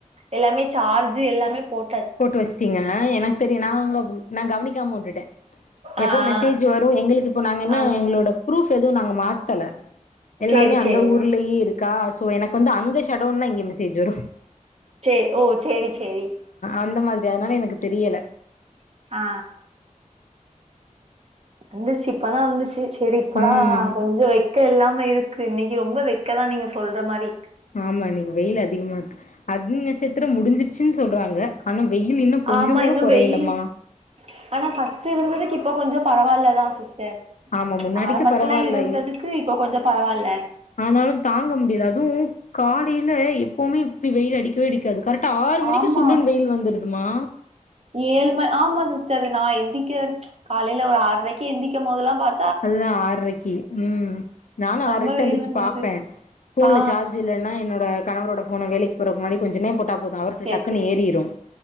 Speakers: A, on the right (about 50°); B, on the left (about 70°).
A: எல்லாமே சார்ஜ் எல்லாமே போட்
B: போட்டு வச்சுட்டீங்க எனக்கு தெரியு நான் உங்க நான் கவனிக்காம உட்டுட்டே எப்போ
A: ஆ ஆ
B: மெசேஜ் வரும் எங்களுக்கு இப்போ நாங்க என்ன
A: ஆமா
B: எங்களோட
A: ஆமா
B: ப்ரூஃப் எதுவும் நாங்க மாத்தல எல்லாமே
A: சேரி
B: அந்த
A: சேரி
B: ஊர்லயே
A: ஆ
B: இருக்கா சோ எனக்கு வந்து அங்க சடவுன்னா இங்க மெசேஜ் வரும்
A: சரி ஓ சரி சரி
B: அந்த மாதிரி அதனால எனக்கு தெரியல
A: ஆ வந்துச்சு இப்பதான் வந்துச்சு சரி இப்பல்லா
B: ம்
A: கொஞ்சம் வை வெக்க எல்லாம இருக்கு இன்னைக்கு ரொம்ப வெக்கதான் நீங்க சொல்ற மாரி
B: ஆமா இன்னைக்கு வெயில் அதிகமா இருக்கு அக்னி நட்சத்திரம் முடிஞ்சிிருச்சுன்னு சொல்றாங்க ஆனா வெயில் இன்னும் கொஞ்சம்
A: ஆமா
B: கூட
A: இன்னு
B: குறையலமா
A: வெயிலு ஆனா பஃர்ஸ்ட் இருந்ததுக்கு இப்ப கொஞ்சம் பரவால்லதான் சிஸ் டர்
B: ஆமா முன்னாடிக்கு
A: ஆரம்பத்துல
B: பரவால்ல
A: இருந்ததுக்கு இப்போ கொஞ்ச பரவால
B: ஆனாலும் தாங்க முடியாது அதுவும் காலையில எப்பவுமே இப்படி வெயில் அடிக்கவே அடிக்காது கரெக்ட ஆறு மணிக்கு
A: ஆமா
B: சுல்லுன்னு வெயில் வந்துருதுமா
A: ஏழ்ம ஆமா சிஸ்டர் நான் எந்திக்கன் காலையில ஒரு ஆறரைக்கு எந்திக்கும் போதெல்லாம் பான்
B: அதுதான் ஆறரைக்கு ம் நானும்
A: ரொம்ப
B: ஆறரைக்கு த
A: வெயில்
B: இருந்தச்சு
A: வந்துருது
B: பார்ப்பே போன்ல
A: ஆ
B: சார்ஜ் இல்ன்ன என்னோட கணவரோட போனை வேலைக்கு போற முன்னாடி கொஞ்ச நேர போட்டா போதும் அவர்கிட்ட
A: சேரி
B: டக்குன்னு
A: சேரி
B: ஏறிிரும்